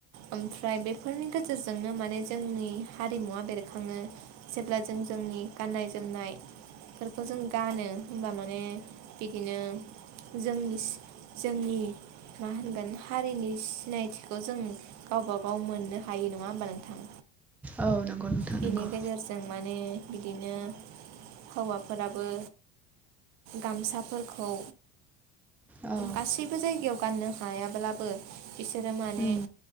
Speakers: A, on the right; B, in the centre.
A: ओमफ्राय बेफोरनि गेजेरजोंनो माने जोंनि हारिमुवा बेरखांङो। जेब्ला जों जोंनि गाननाय जोमनाय बे फोरफोरखौ जों गानो होमबा माने बिदिनो जोंनि जोंनि मा होनगोन हारिनि सिनायथिखौ जों गावबा गाव मोननो हायो नङा होमबा नोंथां।
B: औ नंगौ नोंथां
A: बिनि
B: नंगौ
A: गेजेरजों माने बिदिनो हौवाफोराबो गामसाफोरखौ
B: औ
A: गासैबो जायगायाव गाननो हायाब्लाबो बिसोरो माने
B: उम